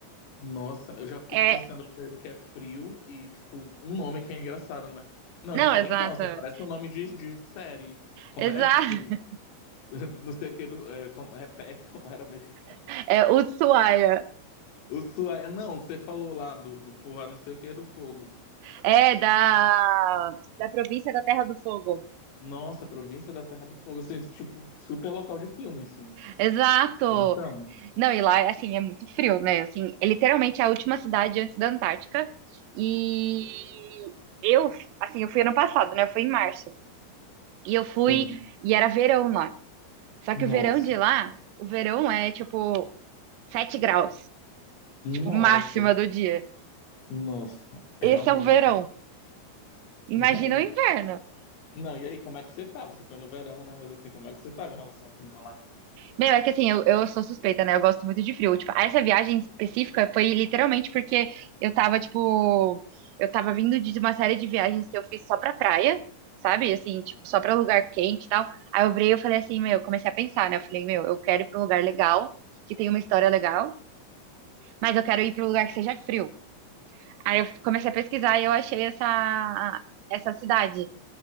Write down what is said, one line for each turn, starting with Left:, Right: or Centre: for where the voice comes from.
Left: Nossa, eu já fico
Right: É...
Left: pensando primeiro que é frio e, tipo, um nome que é engraçado, né? Não,
Right: Não,
Left: diferentão,
Right: exato.
Left: assim, parece um nome de, de série. Como
Right: Exato.
Left: é, tipo, <laughs> não sei o que, do, é, como, repete como era mesmo.
Right: <laughs> É Ushuaia.
Left: O Suécia, não, o que você falou lá do, do povoado não sei o que é do fogo.
Right: É, da, da província da Terra do Fogo.
Left: Nossa, Província da Terra do Fogo, assim, tipo, super local de filme, assim.
Right: Exato!
Left: Então,
Right: Não, e lá, assim, é muito frio, né? Assim, é literalmente a última cidade antes da Antártica. E eu, assim, eu fui ano passado, né? Eu fui em março. E eu fui,
Left: sim.
Right: e era verão lá. Só
Left: Nossa,
Right: que o verão de lá, o verão é, tipo, 7 graus, tipo,
Left: nossa,
Right: máxima do dia.
Left: nossa,
Right: Esse
Left: realmente.
Right: é o verão.
Left: E
Right: Imagina
Left: aí?
Right: o inverno.
Left: Não, e aí, como é que você tá? Você foi no verão, né? Mas assim, como é que você tava em relação ao clima lá?
Right: Meu, é que assim, eu, eu sou suspeita, né? Eu gosto muito de frio. Tipo, essa viagem específica foi literalmente porque eu tava, tipo, eu tava vindo de uma série de viagens que eu fiz só pra praia, sabe? Assim, tipo, só pra lugar quente e tal. Aí eu virei e eu falei assim, meu, eu comecei a pensar, né? Eu falei, meu, eu quero ir pra um lugar legal, que tem uma história legal, mas eu quero ir pra um lugar que seja frio. Aí eu comecei a pesquisar e eu achei essa, essa cidade.